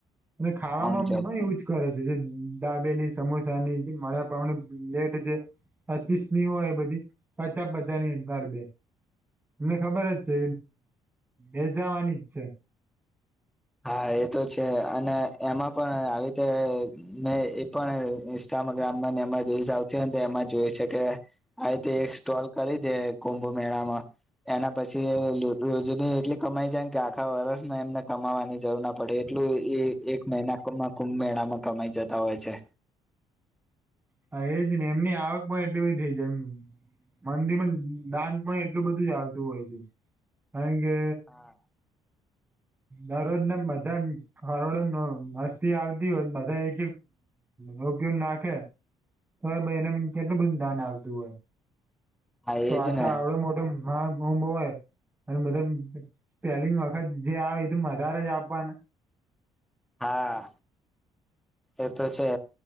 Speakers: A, on the right; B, in the centre.
A: અને ખાવામાં
B: હા
A: મ એવુંજ કરે છે જે ડાબેલી સમોસા ની ક વડાપાંવની પ્લેટ છે. પચીસ ની હોય એ બધી પચા પચા ની કરી દે એમને ખબર જ છે એ એ જવાની જ છે.
B: હા એ તો છે અને એમાં પણ આવી રીતે મે એ પણ ઇન્સ્ટા ગામ દે એમા જોઈ શકે થાય એ સ્તોર કરી દે કો કો ની મેળામાં એના પછી રોજની એટલી કમાઈ જાય કે આખા વર્ષ એમને કમાવા ની જરૂર ના પડે એટલું એ એક મહિનામાં કુંભ મેળામાં કમાઈ જતા હોય છે.
A: હા એજ ને એમની આવક પણ એટલી બધી થઈ જાય એમ મંદિરમ દાન પણ એટલું બધું જ આવતું હોય છે. કારણ કે
B: હા
A: દરોજના બધા ખરોડો મસ્તી આવતી હો બધા એજ રોગ્ય નાખે તો એને કેટલું બધું દાન આવતું હોય.
B: હા
A: તો
B: એજ
A: આ તો
B: ને
A: આવડો મોટો <unintelligible> હોય અને બધા પેલીંગ ખત જે આવે એ તે વધારે જ આપવાના
B: હા એ તો છે.